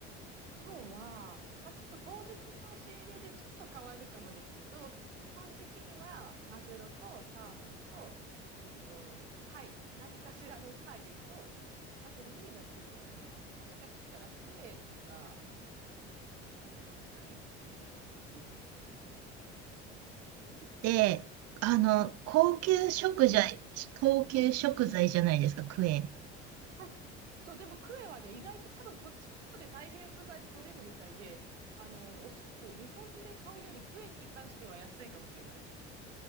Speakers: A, on the right (about 85°); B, on the right (about 50°).
A: 今日は、まあ、ちょっと当日の仕入れでちょっと変わるかもですけど、基本的にはマグロとサーモンと、えっと、貝、何かしらの貝と、あと何が来るかな。もしかしたらクエとか、あとタイも来るかなっていう感じですね。
B: で、あの、高級食材、高級食材じゃないですか、クエ。
A: はいそう、でもクエはね、意外と多分こっちの方で太平洋側で取れるみたいで、あの、おそらく日本で買うよりクエに関しては安いかもしれないです。